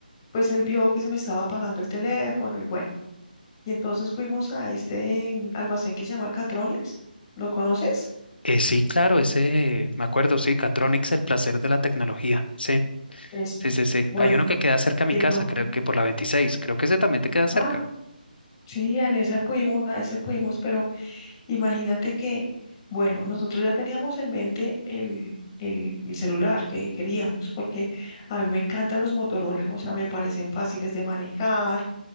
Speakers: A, on the left; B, on the left.
A: pues él vio que se me estaba apagando el teléfono y bueno, y entonces fuimos a este almacén que se llama Catronics, ¿lo conoces?
B: Eh, sí, claro, ese, me acuerdo, sí, Catronics, el placer de la tecnología, sí,
A: Es,
B: sí, sí, sí.
A: Bueno,
B: Hay uno que queda cerca a mi
A: y entonces,
B: casa, creo que por la 26, creo que ese también te queda cerca.
A: ah, sí, en ese fuimos, a ese fuimos, pero imagínate que, bueno, nosotros ya teníamos en mente el, el, el celular que queríamos, porque a mí me encantan los Motorola, o sea, me parecen fáciles de manejar